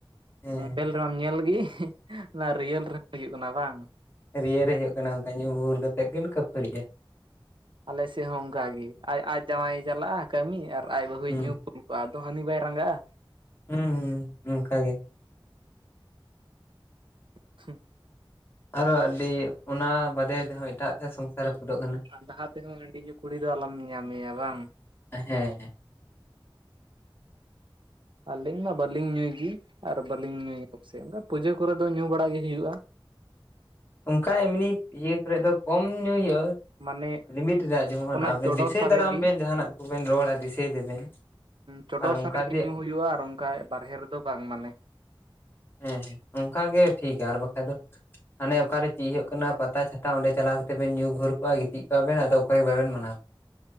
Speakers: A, on the left; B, on the right.
A: ᱦᱮᱸ
B: ᱢᱚᱰᱮᱞ ᱨᱮᱢᱟᱢ ᱧᱮᱞ ᱜᱮ ᱚᱱᱟ ᱨᱤᱭᱮᱞ ᱨᱮᱦᱚᱸ ᱦᱩᱭᱩᱜ ᱠᱟᱱᱟ ᱵᱟᱝ
A: ᱨᱤᱭᱮᱞ ᱨᱮ ᱦᱩᱭᱩᱜ ᱠᱟᱱᱟ ᱚᱱᱠᱟ ᱧᱩ ᱜᱩᱨ ᱠᱟᱛᱮᱫ ᱠᱤᱱ ᱠᱟᱹᱯᱷᱟᱹᱨᱤᱜᱼᱟ᱾
B: ᱟᱞᱮ ᱥᱮᱫ ᱦᱚᱸ ᱚᱱᱠᱟᱜ ᱜᱮ ᱟᱡᱽ ᱟᱡᱽ ᱡᱟᱶᱟᱭᱮ ᱪᱟᱞᱟᱜᱼᱟ ᱠᱟᱹᱢᱤ ᱟᱨ ᱟᱡᱽ ᱵᱟᱹᱦᱩᱭ
A: ᱦᱩᱸ
B: ᱧᱩ ᱟᱫᱚ ᱦᱟᱹᱱᱤ ᱵᱟᱭ ᱨᱟᱸᱜᱟᱜᱼᱟ᱾
A: ᱦᱩᱸ ᱦᱩᱸ ᱚᱱᱠᱟ ᱜᱮ
B: ᱴᱷᱤᱠ
A: ᱟᱨᱚ ᱟᱹᱰᱤ ᱚᱱᱟ ᱵᱟᱨᱭᱟ ᱛᱮᱦᱚᱸ ᱮᱴᱟᱜ ᱛᱮ ᱥᱚᱝᱥᱟᱨ ᱨᱟᱹᱯᱩᱫᱚᱜ ᱠᱟᱱᱟ᱾
B: ᱟᱨ ᱞᱟᱦᱟ ᱛᱮᱦᱚᱸ ᱦᱟᱺᱰᱤ ᱧᱩᱚᱜ ᱠᱩᱲᱤ ᱫᱚ ᱟᱞᱚᱢ ᱧᱮᱧᱟᱢᱮᱭᱟ ᱵᱟᱝ
A: ᱦᱮᱸ ᱦᱮᱸ
B: ᱟᱹᱞᱤᱧ ᱢᱟ ᱵᱟᱹᱞᱤᱧ ᱧᱩᱭ ᱜᱮ ᱟᱨ ᱵᱟᱹᱞᱤᱧ ᱧᱩᱭ <unintelligible> ᱯᱩᱡᱟᱹ ᱠᱚᱨᱮ ᱫᱚ ᱧᱩ ᱵᱟᱲᱟ ᱜᱮ ᱦᱩᱭᱩᱜᱼᱟ᱾
A: ᱚᱝᱠᱟ ᱮᱢᱱᱤ ᱤᱭᱟᱹ ᱠᱚᱨᱮ ᱫᱚ ᱠᱚᱢ ᱧᱩ ᱦᱩᱭᱩᱜᱼᱟ᱾
B: ᱢᱟᱱᱮ
A: ᱞᱤᱢᱤᱴ ᱨᱮᱱᱟᱜ ᱡᱮᱢᱚᱱ
B: ᱚᱱᱟ
A: ᱟᱵᱮᱱ
B: ᱪᱚᱰᱚᱨ
A: ᱫᱤᱥᱟᱹᱭ
B: ᱥᱟᱨᱮᱡ
A: ᱫᱟᱨᱟᱢ
B: ᱜᱮ
A: ᱵᱮᱱ ᱡᱟᱦᱟᱸ ᱱᱟᱜ ᱠᱚᱵᱮᱱ ᱨᱚᱲᱟ ᱫᱤᱥᱟᱹᱭ ᱫᱟᱵᱮᱱ᱾
B: ᱪᱚᱰᱚᱨ
A: ᱟᱨ ᱚᱱᱠᱟ
B: ᱥᱟᱨᱮᱜ ᱜᱮ
A: ᱫᱤᱭᱮ
B: ᱧᱩ ᱦᱩᱭᱩᱜᱼᱟ ᱟᱨ ᱚᱱᱠᱟ ᱵᱟᱨᱦᱮ ᱨᱮᱫᱚ ᱵᱟᱝ ᱢᱟᱱᱮ
A: ᱦᱮᱸ ᱦᱮᱸ ᱚᱱᱠᱟ ᱜᱮ ᱴᱷᱤᱠᱼᱟ ᱟᱨ ᱵᱟᱠᱷᱟ ᱫᱚ ᱦᱟᱱᱮ ᱚᱠᱟᱨᱮ ᱪᱮᱜ ᱦᱩᱭᱩᱜ ᱠᱟᱱᱟ ᱯᱟᱛᱟ ᱪᱷᱟᱛᱟ ᱚᱸᱰᱮ ᱪᱟᱞᱟᱣ ᱠᱟᱛᱮ ᱵᱮᱱ ᱧᱩ ᱜᱷᱩᱨ ᱠᱚᱜᱼᱟ ᱜᱤᱛᱤᱡ ᱠᱚᱣᱟ ᱵᱮᱱ ᱟᱫᱚ ᱚᱠᱚᱭ ᱜᱮ ᱵᱟᱵᱮᱱ ᱢᱟᱱᱟᱣ ᱠᱚᱣᱟ᱾